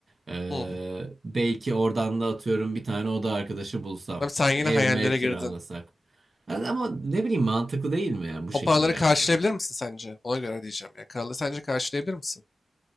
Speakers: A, on the right; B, on the left.
A: e,
B: Hı.
A: belki oradan da atıyorum bir tane oda arkadaşı bulsam
B: Abi sen yine
A: ev
B: hayallere
A: mev kiralasak.
B: girdin.
A: Yani Ama ne bileyim mantıklı değil mi yani bu
B: O
A: şekilde
B: paraları
A: yapsak?
B: karşılayabilir misin sence? Ona göre diyeceğim ya. Kralı sence karşılayabilir misin?